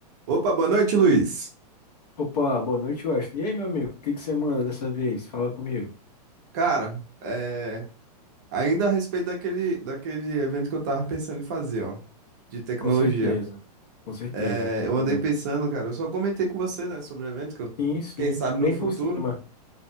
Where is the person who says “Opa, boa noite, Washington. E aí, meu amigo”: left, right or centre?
Left